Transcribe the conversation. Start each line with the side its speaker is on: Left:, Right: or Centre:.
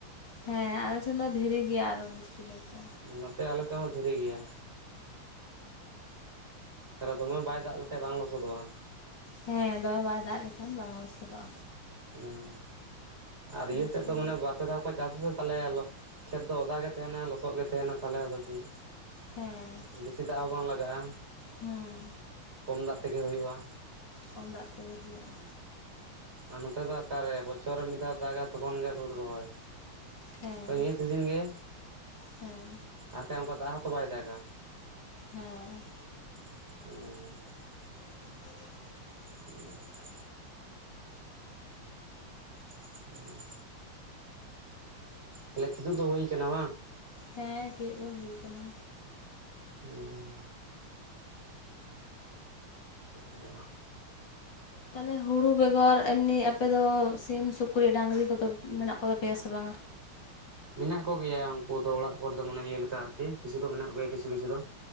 Left: ᱦᱮᱸ ᱟᱞᱮ ᱥᱮᱱ ᱫᱚ ᱫᱷᱤᱨᱤ ᱜᱮᱭᱟ ᱟᱨᱚ ᱡᱟᱥᱛᱤ ᱠᱟᱭᱛᱮ
Right: ᱱᱚᱛᱮ ᱟᱞᱮᱥᱮᱫ ᱦᱚᱸ ᱫᱷᱤᱨᱤ ᱜᱮᱭᱟ ᱛᱟᱦᱚᱞᱮ ᱫᱚᱢᱮ ᱵᱟᱭ ᱫᱟᱜ ᱞᱮᱠᱷᱟᱱ ᱵᱟᱝ ᱞᱚᱥᱚᱫᱚᱜᱼᱟ
Left: ᱦᱮᱸ ᱫᱚᱢᱮ ᱵᱟᱭ ᱫᱟᱜ ᱞᱮᱠᱷᱟᱱ ᱵᱟᱝ ᱞᱚᱥᱚᱫᱚᱜᱼᱟ
Right: ᱦᱮᱸ ᱟᱨ ᱤᱭᱟᱹ
Left: ᱮᱱᱠᱷᱟᱱ
Right: ᱥᱮᱫ ᱫᱚ ᱢᱟᱱᱮ ᱵᱟᱨ ᱯᱮ ᱫᱷᱟᱣ ᱠᱚ ᱠᱚ ᱪᱟᱥ ᱥᱟ ᱥᱮ ᱛᱟᱦᱚᱞᱮ ᱠᱷᱮᱛ ᱫᱚ ᱚᱫᱟᱜ ᱜᱮ ᱛᱟᱦᱮᱱᱟ ᱞᱚᱥᱚᱜ ᱜᱮ ᱛᱟᱦᱮᱱᱟ ᱛᱟᱦᱚᱞᱮ ᱟᱫᱚ ᱪᱮᱫ
Left: ᱦᱮᱸ
Right: ᱵᱮᱥᱤ ᱫᱟᱜ ᱦᱚᱸ ᱵᱟᱝ ᱞᱟᱜᱟᱜᱼᱟ
Left: ᱦᱩᱸ
Right: ᱠᱚᱢ ᱫᱟᱜ ᱛᱮᱜᱮ ᱦᱩᱭᱩᱜᱼᱟ
Left: ᱠᱚᱢ ᱫᱟᱜ ᱛᱮᱜᱮ ᱦᱩᱭᱩᱜᱼᱟ
Right: ᱟᱨ ᱱᱚᱛᱮ ᱫᱚ ᱚᱠᱟᱨᱮ ᱵᱚᱪᱷᱚᱨ ᱨᱮ ᱢᱤᱫ ᱫᱷᱟᱣ ᱫᱟᱜᱟ ᱛᱚᱠᱷᱚᱱ ᱜᱮ ᱦᱩᱲᱩ ᱨᱚᱦᱚᱭ
Left: ᱦᱮᱸ
Right: ᱦᱳᱭ ᱱᱤᱭᱟᱹ ᱥᱤᱡᱤᱱ ᱜᱮ
Left: ᱦᱮᱸ
Right: ᱟᱨ ᱠᱷᱟᱡ ᱚᱱᱠᱟ ᱫᱟᱜ ᱦᱚᱸᱛᱚ ᱵᱟᱭ ᱫᱟᱜᱟ
Left: ᱦᱮᱸ
Right: ᱦᱩᱸ
Left: <inaudible>
Right: ᱦᱮᱸ ᱦᱩᱸ ᱛᱟᱦᱚᱞᱮ ᱠᱤᱫᱩᱵ ᱫᱚ ᱦᱩᱭ ᱟᱠᱟᱱᱟ ᱵᱟᱝ
Left: ᱦᱮᱸ <unintelligible> ᱫᱚ ᱦᱩᱭ ᱟᱠᱟᱱᱟ
Right: ᱦᱩᱸ <inaudible>
Left: ᱛᱟᱦᱚᱞᱮ ᱦᱩᱲᱩ ᱵᱮᱜᱚᱨ ᱮᱢᱱᱤ ᱟᱯᱮ ᱫᱚ ᱥᱤᱢ ᱥᱩᱠᱨᱤ ᱰᱟᱝᱨᱤ ᱠᱚᱫᱚ ᱢᱮᱱᱟᱜ ᱠᱚᱛᱟ ᱯᱮᱭᱟ ᱥᱮ ᱵᱟᱝᱟ
Right: ᱢᱮᱱᱟᱜ ᱠᱚᱜᱮᱭᱟ ᱩᱱᱠᱩ ᱫᱚ ᱚᱲᱟᱜ ᱠᱚᱨᱮ ᱫᱚ ᱢᱟᱱᱮ ᱤᱭᱟᱹ ᱞᱮᱠᱟ ᱟᱨᱠᱤ ᱠᱤᱪᱷᱩ ᱫᱚ ᱢᱮᱱᱟᱜ ᱠᱚᱭᱟ ᱠᱤᱪᱷᱩ ᱠᱤᱪᱷᱩ ᱫᱚ